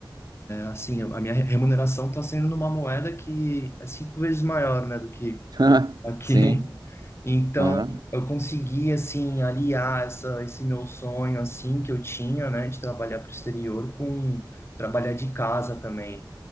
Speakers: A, on the left; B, on the right.
A: assim, a minha remuneração está sendo numa moeda que é cinco vezes maior, né, do que
B: <laughs>
A: aqui.
B: Sim.
A: Então,
B: Ah,
A: eu consegui, assim, aliar essa, esse meu sonho, assim, que eu tinha, né, de trabalhar para o exterior com trabalhar de casa também.